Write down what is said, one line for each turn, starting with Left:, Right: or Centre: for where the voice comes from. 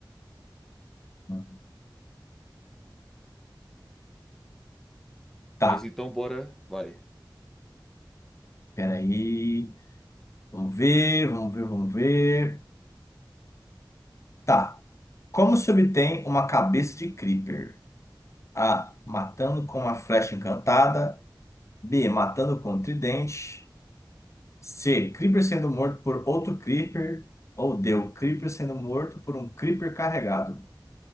Left: né? Tá.
Centre: Mas então, bora. Vai.
Left: Peraí. Vamos ver, vamos ver, vamos ver. Tá. Como se obtém uma cabeça de Creeper? A. Matando com a flecha encantada. B. Matando com o tridente. C. Creeper sendo morto por outro Creeper. Ou D. O Creeper sendo morto por um Creeper carregado.